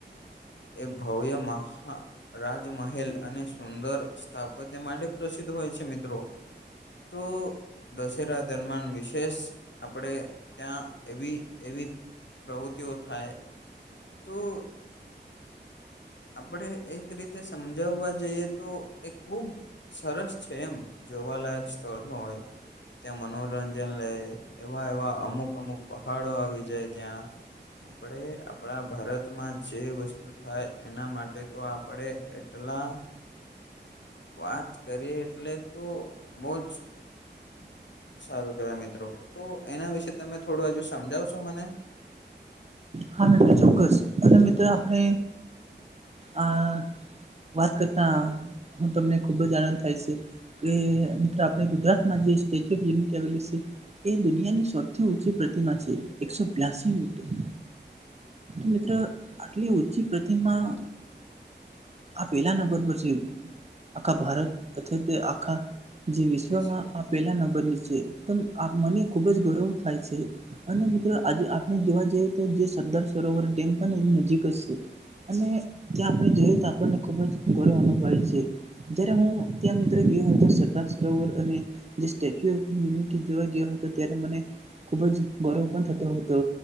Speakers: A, on the left; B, on the right.
A: એ ભવ્ય મહા રાજમહેલ અને સુંદર સ્થાપત્ય માટે પ્રસિદ્ધ હોય છે મિત્રો. તો દશેરા દરમિયાન વિશેષ આપણે ત્યાં એવી એવી પ્રવૃત્તિઓ થાય. તો આપણે એક રીતે સમજાવવા જઈએ તો એ ખુબ સરસ છે એમ જોવાલાયક સ્થળ હોય ત્યાં મનોરંજન લે એવા એવા અમુક અમુક પહાડો આવી જાય ત્યાં આપણે આપણા ભારતમાં જે વસ્તુ થાય એના માટે તો આપડે એટલા વાત કરીએ એટલે તો બહું જ સારું કેવાય મિત્રો તો એના વિશે તમે થોડું હજુ સમજાવશો મને
B: હા મિત્રો ચોક્કસ અને મિત્રો આપણે આ વાત કરતા હું તમને ખુબ જ આનંદ થાય છે. કે મિત્રો આપણે ગુજરાતમાં જે સ્ટેચ્યુ ઓફ યુનિટી આવેલી છે. એ દુનિયાની સૌથી ઊંચી પ્રતિમા છે એકસો બ્યાસી મીટર મિત્ર આટલી ઉચી પ્રતિમા આ પેલા નંબર પર છે આખા ભારત અથવા તો આખા જે વિશ્વમાં
A: વિશ
B: આ પેલા ન બન્યું છે મને ખુબ જ ગૌરવ થાય છે. અને મિત્રો આજે આપણે જોવા જઈએ તો જે સરદાર સરોવર ડેમ પણ ને એની નજીક જ છે. અને ત્યાં આપણે જઈએ તો આપણને ખુબ જ ગૌરવ અનુભવે છે. જયારે હું ત્યાં મિત્રો ગયો હતો સરદાર સરોવર અને જે સ્ટેચ્યુ ઓફ યુનિટી જોવા ગયો હતો ત્યારે મને ખૂબ જ ગૌરવ પણ થયો હતો